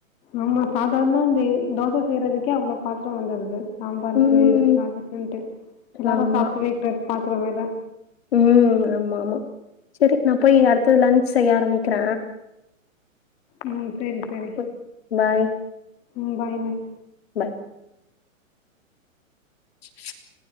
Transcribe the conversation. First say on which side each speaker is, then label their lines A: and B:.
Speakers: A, on the left (about 15°); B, on the left (about 45°).
A: ஆமா சாதாரணா இந்த தோச செய்றதுக்கே அவ்ள பாத்திர வந்திருது சாம்பாருக்கு
B: ம்
A: இதுக்கு அதுக்குண்ட்டு எல்லாரு
B: ஆமா.
A: சாப்டு வக்கிற பாத்திர வேற
B: ம் ஆமா ஆமா சரி நா போய் அடுத்து லஞ்ச் செய்ய ஆரமிக்கிற
A: ம் சரி சரி
B: ம் பாய்.
A: ம் பாய் பாய்
B: பாய் <inaudible>